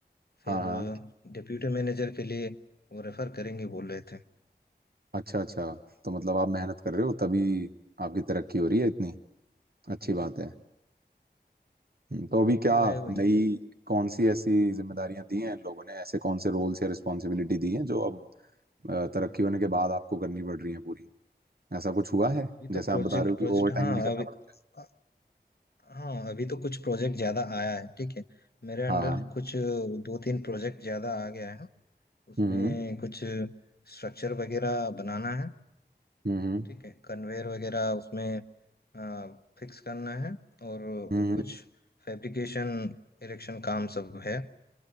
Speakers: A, on the left; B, on the right.
A: फिर
B: हाँ हाँ
A: डिप्यूटी मैनेजर के लिए वो रेफर करेंगे बोल रहे थे
B: अच्छा अच्छा तो मतलब आप मेहनत कर रहे हो तभी आपकी तरक्की हो रही है इतनी अच्छी बात है हम्म, तो
A: बात
B: अभी क्या
A: तो है वही
B: नई कौन सी ऐसी जिम्मेदारियां दी हैं इन लोगों ने ऐसे कौन से रोल्स या रिस्पॉन्सिबिलिटी दी हैं जो अब अ, तरक्की होने के बाद आपको करनी पड़ रही है पूरी ऐसा कुछ हुआ है
A: अभी
B: जैसे
A: तो
B: आप
A: प्रोजेक्ट
B: बता रहे हो कि
A: प्रोजेक्ट
B: ओवर टाइम
A: हाँ
B: भी करना
A: अभी
B: पड़ता है
A: अ- हाँ अभी तो कुछ प्रोजेक्ट ज्यादा आया है ठीक है मेरे
B: हाँ
A: अंडर
B: हाँ
A: कुछ दो तीन प्रोजेक्ट ज्यादा आ गया है उसमें
B: हम्म
A: कुछ स्ट्रक्चर वगैरह बनाना है
B: हम्म हम्म
A: ठीक है कन्वेयर वगैरह उसमें हाँ फिक्स करना है और
B: हम्म, हम्म।
A: कुछ फैब्रिकेशन इरेक्शन काम सब है